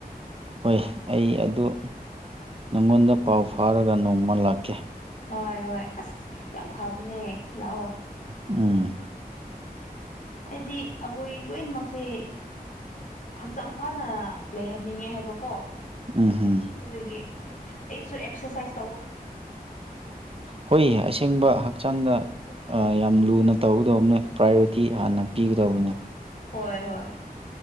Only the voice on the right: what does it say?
ꯍꯣꯏ ꯑꯩ ꯑꯗꯨ ꯅꯪꯉꯣꯟꯗ ꯄꯥꯎ ꯐꯥꯎꯔꯒ ꯅꯣꯡꯃ ꯂꯥꯛꯀꯦ
ꯎꯝ
ꯎꯝꯍꯝ
ꯍꯨꯏ ꯑꯁꯤꯡꯕ ꯍꯛꯆꯥꯡꯗ ꯌꯥꯝ ꯂꯨꯅ ꯇꯧꯒꯗꯧꯕꯅꯦ ꯄ꯭ꯔꯥꯏꯌꯣꯔꯤꯇꯤ ꯍꯥꯟꯅ ꯄꯤꯒꯗꯧꯕꯅꯦ